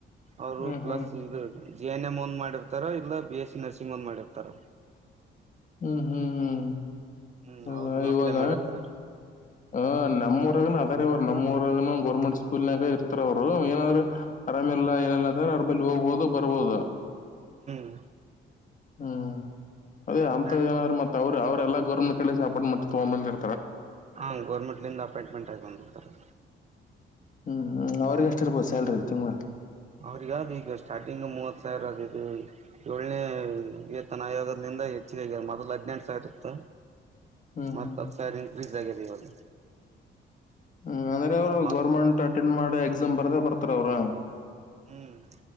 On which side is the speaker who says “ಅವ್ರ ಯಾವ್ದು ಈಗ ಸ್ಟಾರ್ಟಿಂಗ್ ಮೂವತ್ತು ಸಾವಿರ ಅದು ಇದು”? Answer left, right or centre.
Right